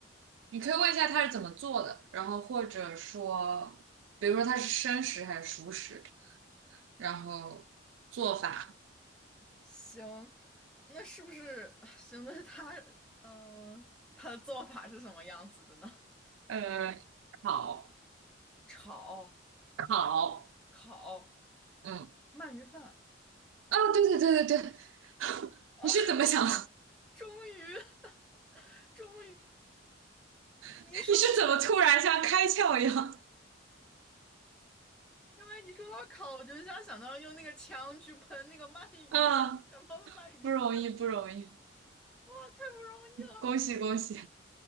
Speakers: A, on the right; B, in the centre.
A: 你可以问一下它是怎么做的，然后或者说，比如说它是生食还是熟食，然后做法，
B: 行，那是不是 <laughs> <sighs> 行？那他呃，他的做法是什么样子的呢？
A: 呃，烤
B: 炒、
A: 烤，
B: 烤、
A: 嗯，
B: 鳗鱼饭
A: 哦，对对对对对，
B: 啊！
A: 你是怎么想？
B: 终于，<laughs> 终于，你一说到，
A: <laughs> 你是怎么突然像开窍一样？
B: 因为你说到烤，我就想想到用那个枪去喷那个鳗鱼，
A: 啊，
B: 想到了鳗鱼饭，
A: 不容易不容易，
B: 哇，太不容易了！
A: 恭喜恭喜，